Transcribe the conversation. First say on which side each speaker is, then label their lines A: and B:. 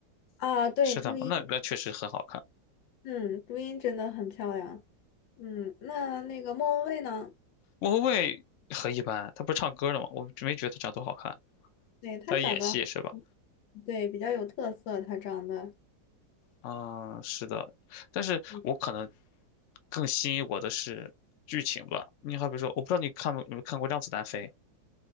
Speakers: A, on the left; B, on the left.
A: 啊对朱茵
B: 是的吗？那那确实很好看。
A: 嗯朱茵真的很漂亮，嗯那那个莫文蔚呢？
B: 莫文蔚很一般，她不是唱歌的吗？我没觉得她长多好看，
A: 对她长得
B: 她演戏是吧？
A: 对比较有特色，她长得
B: 啊，是的，但是我可能
A: 嗯
B: 更吸引我的是剧情吧。你好比说，我不知道你看没有没有看过《让子弹飞》，